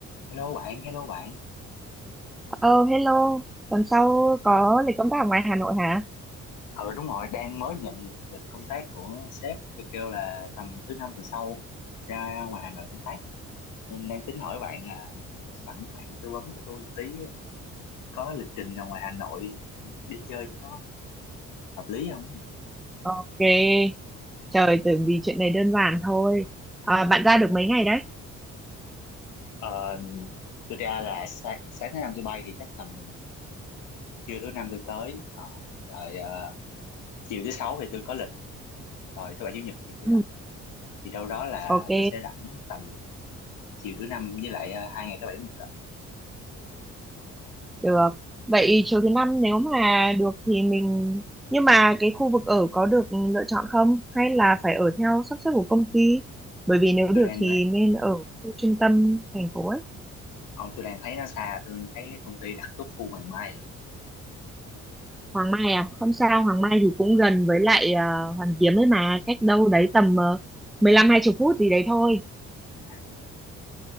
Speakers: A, on the left; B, in the centre.
A: Hello bạn, hello bạn.
B: Ờ hello, tuần sau có
A: Ờ,
B: lịch công tác ở ngoài Hà Nội hả?
A: ừ, đúng rồi, đang mới nhận được lịch công tác của sếp tôi kêu là tầm thứ năm tuần sau ra ngoài Hà Nội công tác. Nên đang tính hỏi bạn là sẵn bạn tư vấn cho tôi một tí ờ, có lịch trình nào ngoài Hà Nội đi chơi cho nó hợp lý không?
B: Ok, trời tưởng vì chuyện này đơn giản thôi. À, bạn ra được mấy ngày đấy?
A: Ờ, tôi ra là sáng, sáng thứ năm tôi bay thì chắc tầm trưa thứ năm tôi tới. Ờ, rồi ờ, chiều thứ sáu thì tôi có lịch, rồi thứ bảy chủ nhật thì tôi
B: Ừ,
A: rảnh. Thì đâu đó là
B: ok,
A: tôi sẽ rảnh tầm chiều thứ năm với lại ờ, hai ngày thứ bảy chủ nhật ạ
B: được. Vậy
A: ừ.
B: chiều thứ năm nếu mà được thì mình... Nhưng mà cái khu vực ở có được lựa chọn không? Hay là phải ở theo sắp xếp của công ty? Bởi vì nếu được
A: tôi đang
B: thì
A: ấy
B: nên ở
A: ờ,
B: khu trung tâm thành phố ấy.
A: ông tôi đang thấy nó xa tôi thấy công ty đặt tốt khu Hoàng Mai lần
B: Hoàng Mai à? Không sao, Hoàng
A: Ờ,
B: Mai thì cũng gần với lại à, Hoàn Kiếm ấy mà. Cách đâu đấy tầm uh, mười lăm hai 20 phút gì đấy thôi.
A: à,